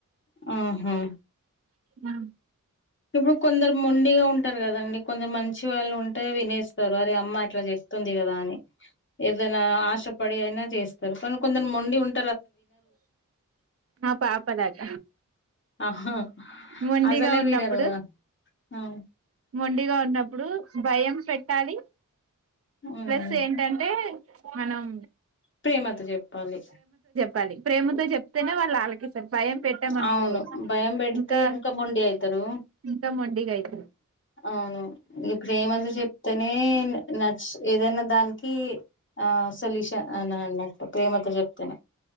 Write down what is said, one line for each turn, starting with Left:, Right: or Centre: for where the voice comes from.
Left: ఆహా
Right: ఆ
Left: ఇప్పుడు కొందరు మొండిగా ఉంటారు కదండి కొందరు మం చి వాళ్ళు ఉంటే వినేస్తారు అరె అమ్మ అట్లా చెప్తుంది కదా అని ఏదైనా ఆశపడి అయినా చేస్తారు కని కొందరు మొండి ఉన్
Right: ఆ పాపనట
Left: ఆహా
Right: మడిగా
Left: అసలే
Right: ఉన్నప్
Left: వినరు ఆ ఆ
Right: మొండిగా ఉన్నప్పుడు భయం పెట్టాలి
Left: మ్మ్
Right: ప్లస్ ఏంటంటే మనం
Left: ప్రేమతో చెప్పాలి
Right: పలి ప్రేమతో చెప్తేనే వాళ్ళు ఆలాక్కీస్తారు భయం పెట్టామనుకో
Left: అవును భయం పెడితే
Right: ఇంకా
Left: మొండి అయితారు
Right: ఇంకా మొండిగైతర్
Left: అవును ప్రేమగా చెప్తేనే న నచ్ ఏదైనా దానిక్ కి ఆ సోల్యూష అన్ అనన్నట్టు ప్రేమతో చెప్తేనే